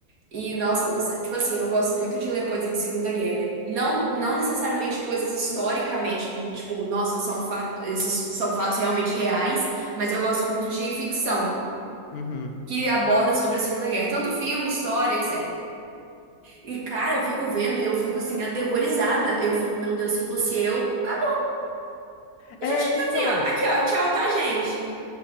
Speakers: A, on the right; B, on the left.
A: E, nossa, não sei, tipo assim, eu gosto muito de ler coisa de Segunda Guerra. Não, não necessariamente coisas historicamente, tipo, nossa, são fatos, esses são fatos realmente reais, mas eu gosto muito de ficção
B: Uhum.
A: que aborda sobre a Segunda Guerra, tanto filme, história, etc. E, cara, eu fico vendo e eu fico assim, aterrorizada. Eu fico, meu Deus, se fosse eu, acabou. Eu
B: É,
A: já tinha
B: então.
A: assim, ó, aqui, ó, tchau, tá, gente?